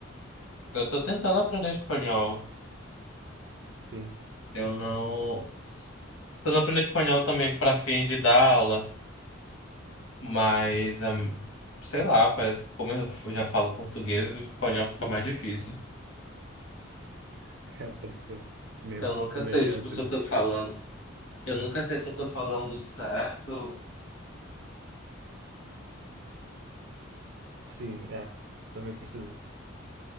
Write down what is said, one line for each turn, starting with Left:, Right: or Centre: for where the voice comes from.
Left: eu tô tentando aprender espanhol.
Right: Sim,
Left: Eu não. Tô tentando aprender espanhol também para fins de dar aula, mas, hum, sei lá, parece que como eu já falo português, o espanhol fica mais difícil.
Right: <laughs> É, pode ser meio
Left: Eu nunca
Right: semelhante,
Left: sei, tipo, se
Right: né?
Left: eu tô falando. Eu nunca sei se eu tô falando certo.
Right: sim, é. Também preciso,